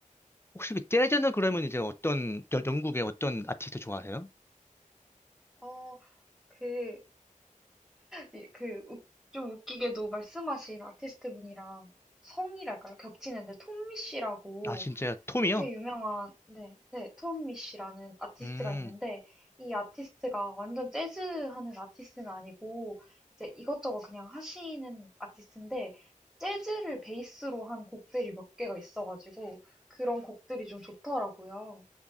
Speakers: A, on the left; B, in the centre.
A: 혹시 그 재즈는 그러면 이제 어떤 여- 영국의 어떤 아티스트 좋아하세요?
B: 어, 그, 이- 그, 웃- 좀 웃기게도 말씀하신 아티스트 분이랑 성이랄까요? 겹치는데, 톰미 씨라고
A: 아 진짜 톰이요?
B: 꽤 유명한, 네, 네, 톰미 씨라는 아티스트가
A: 음,
B: 있는데, 이 아티스트가 완전 재즈 하는 아티스트는 아니고, 이제 이것저것 그냥 하시는 아티스트인데, 재즈를 베이스로 한 곡들이 몇 개가 있어가지고, 그런 곡들이 좀 좋더라고요.